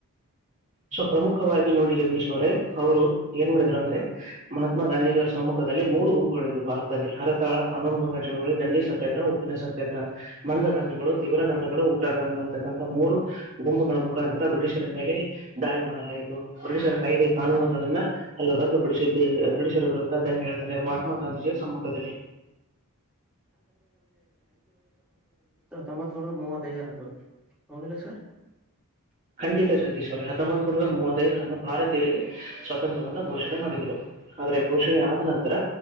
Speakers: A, on the right; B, in the centre.
A: ಸೊ ಪ್ರಮುಖವಾಗಿ ನೋಡಿ ಜಗದೀಶ್ ಅವ್ರೆ ಅವರು ಏನ್ ಮಾಡಿದ್ರು ಅಂದ್ರೆ ಮಹಾತ್ಮ ಗಾಂಧಿವರ ಸಮ್ಮುಖದಲ್ಲಿ ಮೂರು ಗಂಪುಗಳುರು ಭಾರತದಲ್ಲಿ ಹರತಾಳ ಕಾನೂನು ಭಂಗ ಚಳುವಳಿ ದಂಡಿ ಸತ್ಯಾಗ್ರಹ ಉಪ್ಪಿನ ಸತ್ಯಾಗ್ರಹ. ಮಂದಧಾಮಿಗಳು. ತೀವ್ರಗಾಮಿಗಳು ಉಗ್ರಗಾಮಿಗಳು ಅಂತಕ್ಕಂತಹ ಮೂರು ಗುಂಬಗಳ ಮುಖಾಂತರ ಬ್ರಿಟಿಷರ ಮೇಲೆ. ದಾಳಿ ಮಾಡಕ್ ಆಯ್ತು. ಪೊರುೀಷರ ಕಾಯ್ದೆ ಕಾನೂನುಗಳನ್ನ. ಅಲ್ಲ ರದ್ದುಪಡಿಸಿ ಬ್ರಿಟಿಷರು ವಿರುದ್ದ್ದಂಗೆ ಹೇಳ್ತಾರೆ ಮಹಾತ್ಮ ಗಾಂಧೀಜಿಯ ಸಮ್ಮುಖದಲ್ಲಿ.
B: ತೊಂಬತ್ ನೂರ ಮೂವತ್ತೈದರಂದು ಹೌದಿಲ್ಲ ಸರ್.
A: ಖಂಡಿತ ಜಗದಶ್ ಅವರ್ ಹೊಂಬತ್ೂರದ ಮೂವತ್ತೈದರ. ಭಾರತೀಯರಿಗೆ ಸ್ವಾತಂತ್ರವನ್ನ ಘೋಷಣೆ ಮಾಡಿದರು ಆದ್ರೆ. ಘೋಷಣೆ ಆದ ನಂತರ.